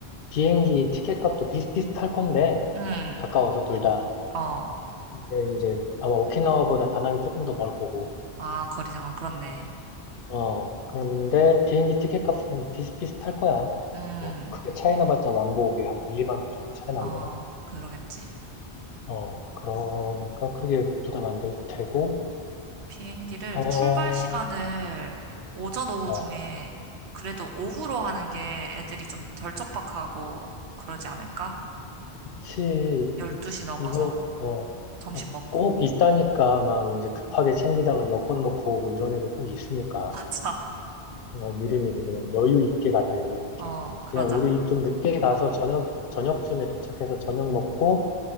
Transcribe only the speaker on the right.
음,
어,
아, 거리상으로 그렇네.
음,
어, 그러겠지.
비행기를
출발 시간을 오전, 오후
중에 그래도 오후로 하는 게 애들이 좀 덜 촉박하고 그러지 않을까?
열두시
넘어서
점심 먹고.
어,
<laughs>
맞 어, 그러자.